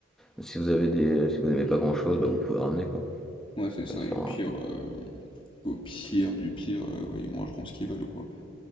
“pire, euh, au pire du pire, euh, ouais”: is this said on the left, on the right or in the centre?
Left